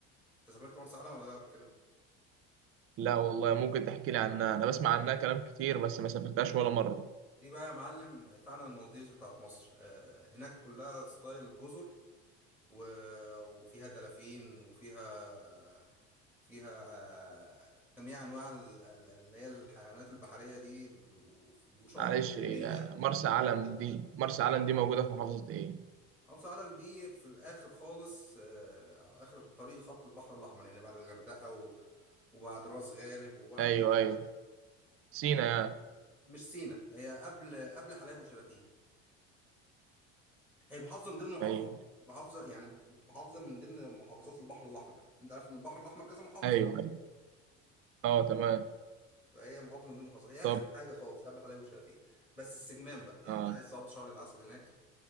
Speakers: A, in the centre; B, on the right.
A: انت سافرت مرسى علم ولا لا قبل كده؟
B: لا والله ممكن تحكي لي عنها انا بسمع عنها كلام كتير بس ما سافرتهاش ولا مرة
A: دي بقى يا معلم فعلا المالديفز بتاعت مصر آه، هناك كلها ستايل جزر و- وفيها دلافين وفيها فيها آه، جميع انواع ال- ال- اللي هي الحيوانات البحريه دي وف- وشعب
B: معلش
A: مرجانيه
B: هي مرسى علم دي مرسى علم دي موجودة في محافظة ايه
A: محافظه علم دي في الاخر خالص آه، على اخر الطريق خط البحر الاحمر يعني بعد الغردقه و- وبعد راس غارب وبعد
B: ايوه ايوه سينا يعني
A: مش سينا هي قبل قبل حلايب وشلاتين هي محافظه من ضمن محافظه
B: ايوه
A: محافظه يعني محافظه من ضمن محافظات البحر الاحمر انت عارف ان البحر الاحمر كذا محافظه
B: ايوه ايوه اه تمام
A: فهي محافظه من ضمن المحافظات هي
B: طب
A: اخر حاجه خالص قبل حلايب وشلاتين بس السجمان بقى يعني
B: اه
A: انت عايز تقضي شهر العسل هناك